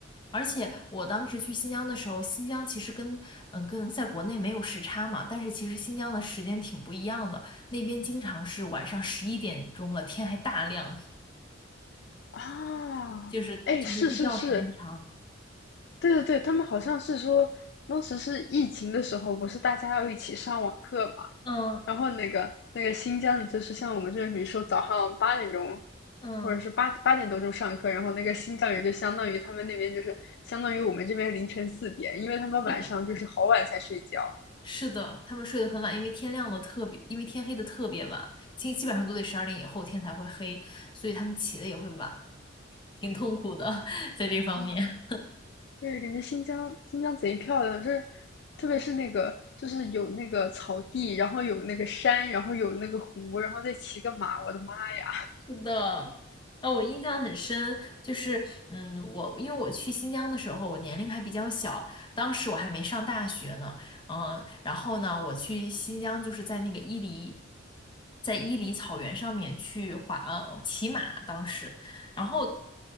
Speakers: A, on the left (about 25°); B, on the left (about 60°).
A: 而且我当时去新疆的时候，新疆其实跟嗯、呃跟在国内没有时差嘛，但是其实新疆的时间挺不一样的，那边经常是晚上十一点钟了，天还大亮，
B: <laughs> 啊，
A: 就是就是日照时间长。
B: 哎，是是是，对对对，他们好像是说，当时是疫情的时候，不是大家要一起上网课嘛？
A: 嗯
B: 然后那个那个新疆的，就是像我们这边，比如说早上八点钟，
A: 嗯，
B: 或者是八八点多钟上课，然后那个新疆人就相当于他们那边就是相当于我们这边凌晨四点，因为他们晚上就是好晚才睡觉
A: 是的，是的，他们睡得很晚，因为天亮的特别，因为天黑的特别晚，基基本上都得十二点以后天才会黑，所以他们起的也会晚，挺痛苦的，<laughs> 在这方面。
B: 啊。对，感觉新疆新疆贼漂亮，就是特别是那个就是有那个草地，然后有那个山，然后有那个湖，然后再骑个马，我的妈呀！
A: 是的，呃，我印象很深，就是，嗯，我因为我去新疆的时候，我年龄还比较小，当时我还没上大学呢，嗯，然后呢，我去新疆就是在那个伊犁，在伊犁草原上面去滑，呃，骑马，当时，然后。